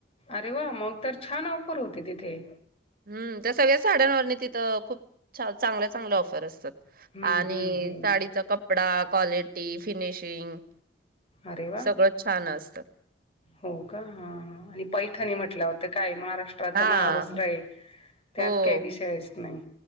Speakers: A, on the left; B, on the right.
A: अरे वा! मग तर छान ऑफर होती तिथे.
B: हम् त्या सगळ्या साड्यांवरणी तिथं खूप चांगल्या-चांगल्या ऑफर असतात.
A: हं,
B: आणि
A: हं, हं.
B: साडीचा कप कपडा, क्वालिटी, फिनिशिंग
A: अरे वाह!
B: सगळं छान असत.
A: हो का! हा हा आणि पैठणी म्हटल्यावर तर काय महाराष्ट्र
B: हां.
A: <unintelligible> महा वस्त्र आहे त्यात
B: हो.
A: काही विषयच नाही